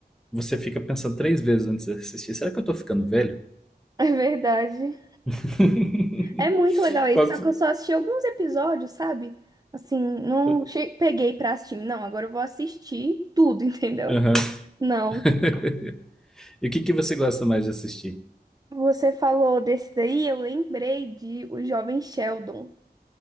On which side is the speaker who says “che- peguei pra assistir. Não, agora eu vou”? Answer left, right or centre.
Right